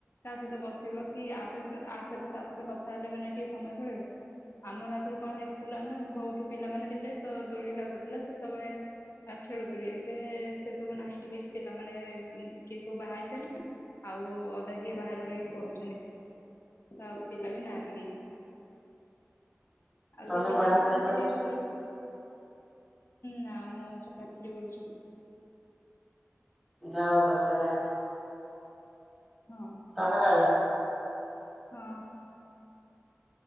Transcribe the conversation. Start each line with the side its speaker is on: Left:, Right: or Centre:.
Left: କାହା ସହିତ ବସ ବ କି ଆସହିତା ତା ସହିତ କଥା ହେଲେ ମାନେ ଟିକେ ସମୟ ପଳେଇବ ଆମର ଆଗରୁ କଣ ହେଇ ଥିଲା ନା ବହୁତ ପିଲାମାନେ ଥିଲେ ତ ଦୋଳି ଲାଗୁଥିଲା ସେତେବେଳେ ଆ ଖେଳୁଥିଲ ଏବେ ସେ ସବୁ ନାହିଁ ଟିକେ ପିଲାମାନନେ କିଏ ସବୁ ବାହା ହେଇସାରିଲେଣି। ଆଉ ଅଧା କିଏ ବାହାରେ ରହିକି ପଢ଼ୁ ଆଉ ପିଲା ବି ନାହାନ୍ତି କେହି? ଆଉ
Centre: ତମେ
Left: ଯେ ପିଲା
Centre: ପଢାପଢି
Left: ଅଛନ୍ତି
Centre: କରୁଛ
Left: ସେ ଟିକେ ଦୂରରେ ନାଁ ମୁଁ ଚାକରି କରୁଛି।
Centre: ଯା ହୋଉ ବର୍ଷା ଟା ଆଇଲା।
Left: ହଁ
Centre: କହଲାରେ
Left: ହଁ।